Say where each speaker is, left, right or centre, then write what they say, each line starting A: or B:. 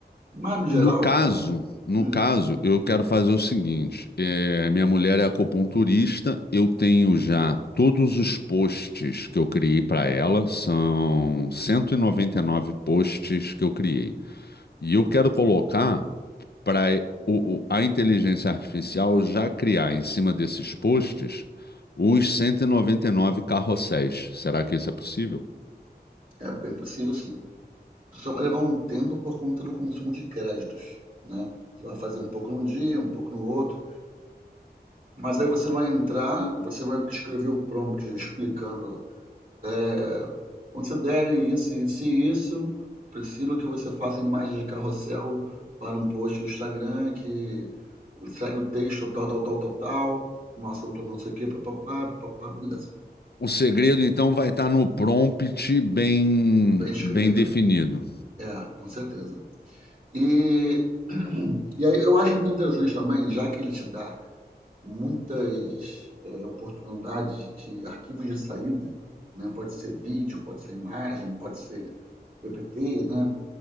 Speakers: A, on the right; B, on the left.
A: Mas no geral,
B: No caso, no
A: hum,
B: caso, eu quero fazer o seguinte: é, minha mulher é acupunturista, eu tenho já todos os posts que eu criei para ela, são cento e e noventa e nove posts que eu criei. E eu quero colocar para a inteligência artificial já criar em cima desses posts os cento e e noventa e nove carrosséis. Será que isso é possível?
A: é bem possível sim. Só vai levar um tempo por conta do consumo de créditos, né? Você vai fazer um pouco num dia, um pouco no outro. Mas aí você vai entrar, você vai escrever o prompt explicando eh, considere isso, isso e isso. Preciso que você faça imagens de carrossel para um post do Instagram que segue o texto tal, tal, tal, tal, tal, um assunto não sei o que, papapá, papapá, beleza.
B: O segredo, então, vai estar no prompt bem,
A: Bem escrito.
B: bem definido.
A: É, com certeza. E, e aí eu acho muito interessante também, já que ele te dá muitas eh, oportunidades de arquivos de saída, né? Pode ser vídeo, pode ser imagem, pode ser PPT, né?